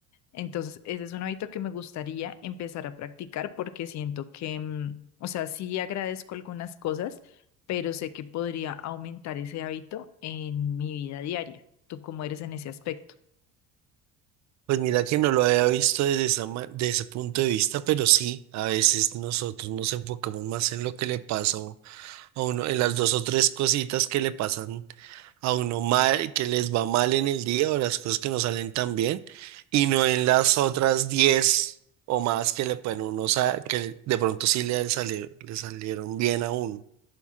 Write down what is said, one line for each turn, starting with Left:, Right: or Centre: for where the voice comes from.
Left: Entonces, ese es un hábito que me gustaría empezar a practicar porque siento que, mm, o sea, sí agradezco algunas cosas, pero sé que podría aumentar ese hábito en mi vida diaria. ¿Tú cómo eres en ese aspecto?
Right: pues mira que no lo había visto desde esa, ma- de ese punto de vista, pero sí, a veces nosotros nos enfocamos más en lo que le pasa a uno, en las dos o tres cositas que le pasan a uno mal, que les va mal en el día o las cosas que no salen tan bien, y no en las otras diez o más que le pueden uno, sa- que de pronto sí le salieron, le salieron bien a uno.